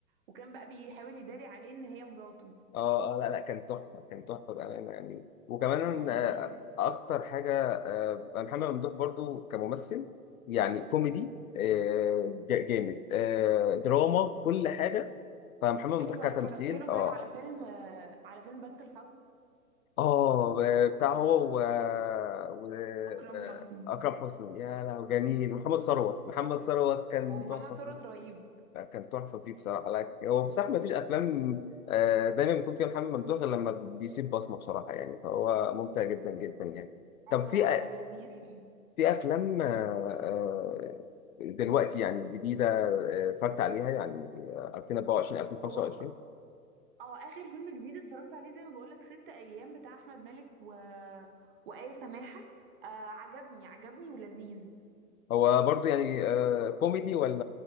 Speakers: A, on the right; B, on the left.
A: وكان بقى بيحاول يداري عليه إن هي مراته
B: اه آه، لا لا كان تحفه كان تحفه بامانه يعني وكمان
A: كان
B: آه،
A: لذيذ
B: اكتر حاجه آه، محمد ممدوح برضو كممثل يعني كوميدي آه، جا- جامد آه، دراما كل حاجه فمحمد ممدوح
A: أيوة
B: كتمثيل
A: اتفرجت له
B: اه
A: طيب على فيلم آه، على فيلم بنك الحظ
B: اه بتاع هو و... و... آه،
A: أكرم حسني
B: اكرم حسني يا لهوي جميل محمد ثروت محمد
A: تحفة
B: ثروت كان
A: ومحمد
B: تحفه
A: ثروت رهيب
B: لا، كان تحفه فيه بصراحه لا هو بصراحه ما فيش افلام آه، دايما بيكون فيها محمد ممدوح غير لما بيسيب بصمه بصراحه يعني فهو ممتع جدا جدا يعني طب
A: ايوه
B: في
A: هو
B: أ-
A: لذيذ إيه.
B: في افلام آه، آه، دلوقتي يعني جديده آه، اتفرجت عليها يعني آه، 2024 2025
A: هو اه اخر فيلم جديد اتفرجت عليه زي ما بقولك ست ايام بتاع احمد مالك و... وآية سماحة آه عجبني عجبني ولذيذ
B: هو برضو يعني آه، كوميدي ولا